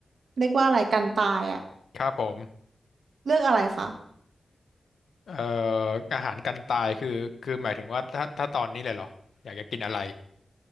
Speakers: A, on the right (about 85°); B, on the left (about 85°).
A: เรียกว่าอะไรกันตายอะ
B: ครับผม
A: เลือกอะไรคะ
B: เอ่ออาหารกันตายคือคือหมายถึงว่าถ้าถ้าตอนนี้เลยเหรออยากจะกินอะไร